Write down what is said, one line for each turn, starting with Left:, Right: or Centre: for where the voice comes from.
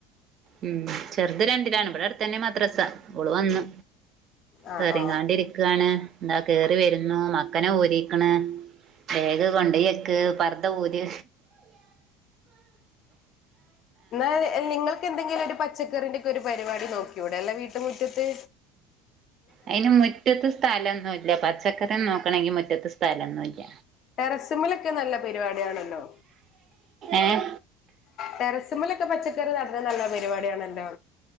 Right: ഉം. ചെർത് രണ്ടിലാണ്. ഇബ്ടെ അടുത്തന്നെ മദ്രസ. ഓള് വന്നു.
Left: ആ
Right: കേറികാണ്ട്
Left: ആ
Right: ഇരിക്കാണ്. ഇത കേറി വെരുന്നു മ. എന്തിനാ ഊരിക്കണേ ബാഗ് വെ - കൊണ്ടോയി വെക്ക് പർദ്ദ ഊര്
Left: എന്നാല് നിങ്ങൾക്ക് എന്തെങ്കിലും ഒരു പച്ചക്കറിന്റെക്കെ. ഒരു പരിപാടി നോക്കിക്കൂടെ അല്ലേ വീട്ട് മുറ്റത്ത്
Right: അയിന് മുറ്റത്ത് സ്ഥലം ഒന്നുയില്ല പച്ചക്കറി നോക്കണെങ്കി മുറ്റത്ത് സ്ഥലം ഒന്നുയില്ല
Left: ടെറസിമിലൊക്കെ നല്ല പരിപാടിയണല്ലോ.
Right: ഏഹ്
Left: ടെറസുമ്മലൊക്കെ പച്ചക്കറിനടുന്നെ നല്ല പരിപാടിയാണല്ലോ.